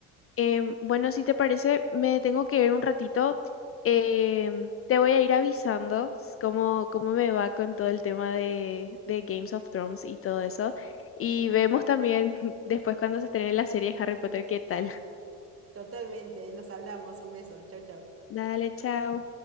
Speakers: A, on the left (about 35°); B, on the right (about 35°).
A: Em, bueno, si te parece, me tengo que ir un ratito. Em, te voy a ir avisando s- cómo, cómo me va con todo el tema de, de Games of Thrones y todo eso. Y vemos también <laughs> después cuando se estrene la serie de Harry Potter, qué tal. <laughs>
B: Totalmente, nos hablamos. Un beso. Chau, chau.
A: Dale, chao.